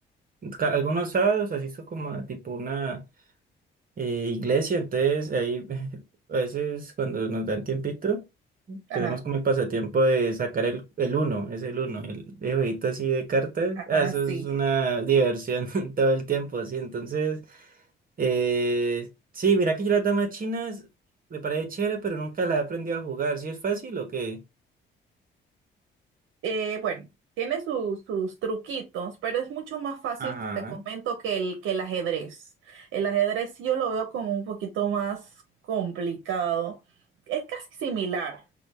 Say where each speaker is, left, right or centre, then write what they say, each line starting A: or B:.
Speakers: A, on the right; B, on the right.
A: ca- algunos sábados asisto como a tipo una eh, iglesia, entonces ahí <laughs> a veces cuando nos dan tiempito,
B: Ajá,
A: tenemos como el pasatiempo de sacar el, el uno, es el uno, el, el jueguito así de cartas, ah,
B: ah,
A: eso
B: sí.
A: es una diversión <laughs> todo el tiempo, sí, entonces... Eh, sí, mira que yo las damas chinas me parece chévere, pero nunca la he aprendido a jugar. ¿Sí es fácil o qué?
B: Eh, bueno, tiene sus sus truquitos, pero es mucho más fácil,
A: Ajá,
B: te comento, que el, que el ajedrez. El ajedrez sí yo lo veo como un poquito más complicado. Es casi similar,